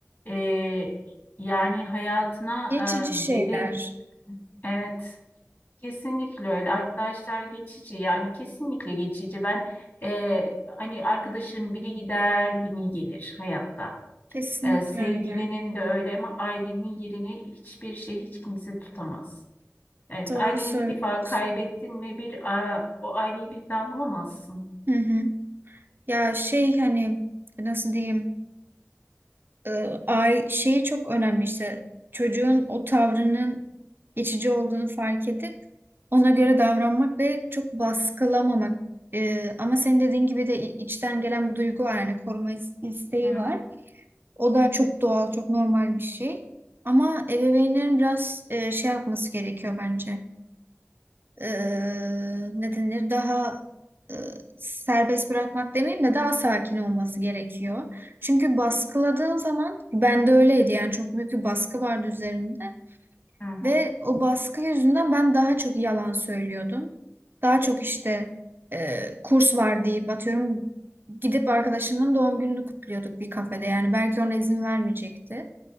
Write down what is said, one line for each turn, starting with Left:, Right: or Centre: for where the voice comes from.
Left: e, yani hayatına
Right: Geçici şeyler.
Left: e, beden evet kesinlikle öyle arkadaşlar geçici yani kesinlikle geçici ben e, hani arkadaşım biri gider biri gelir hayatta
Right: Kesinlikle
Left: E, sevgilinin
Right: öyle.
Left: de öyle ama ailenin yerini hiçbir şey hiç kimse tutamaz. Yani
Right: Doğru
Left: aileni
Right: söylüyorsun.
Left: bir defa kaybettin mi bir a, o aileyi birden bulamazsın.
Right: Hı hı. Ya şey hani nasıl diyeyim? e, ay şeyi çok önemli işte çocuğun o tavrının geçici olduğunu fark edip ona göre davranmak ve çok baskılamamak. E, ama senin dediğin gibi de i- içten gelen bu duygu var yani koruma is- isteği
Left: Hı hı,
Right: var. O da çok doğal, çok normal bir şey. Ama ebeveynlerin biraz e, şey yapması gerekiyor bence e, ne denir daha e, serbest bırakmak demeyeyim de daha sakin olması gerekiyor. Çünkü baskıladığın zaman ben de öyleydi yani çok büyük bir baskı vardı üzerimde
Left: hı hı,
Right: ve o baskı yüzünden ben daha çok yalan söylüyordum. Daha çok işte e, kurs var deyip atıyorum gidip arkadaşımın doğum gününü kutluyorduk bir kafede yani belki ona izin vermeyecekti